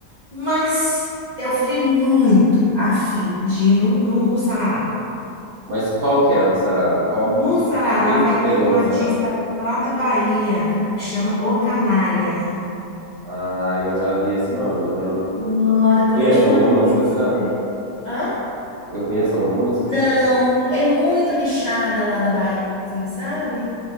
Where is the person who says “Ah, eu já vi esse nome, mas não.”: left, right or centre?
Right